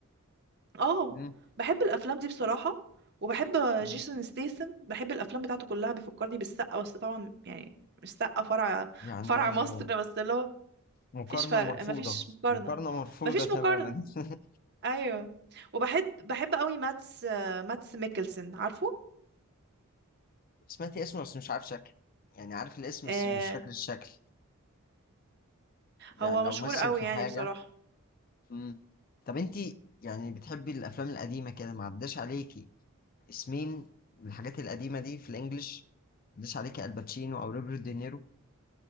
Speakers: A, on the right (about 50°); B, on the left (about 40°).
A: اه
B: مم.
A: بحب الافلام دي بصراحه وبحب
B: مم.
A: جيسون ستيسن بحب الافلام بتاعته كلها بيفكرني بالسقا بس طبعا يعني مش سقا فرع
B: يعني
A: فرع مصر بس اللي هو
B: مقارنة
A: مفيش فرق
B: مرفوضة
A: مفيش مقارنه
B: مقارنة مرفوضة
A: مفيش
B: تماما
A: مقارنه
B: <laughs>
A: ايوه وبحب بحب قوي ماتس آه، ماتس ميكلسن عارفه
B: سمعتي اسمه بس مش عارف شكله يعني عارف الاسم
A: آه
B: بس مش فاكر الشكل يعني
A: هو
B: لو
A: مشهور
B: مثل
A: قوي
B: في
A: يعني
B: حاجة
A: بصراحه
B: مم. طب انت يعني بتحبي الافلام القديمة كده ما عداش عليكي اسمين الحاجات القديمة دي في الانجليش ما عداش عليكي الباتشينو او روبرت دينيرو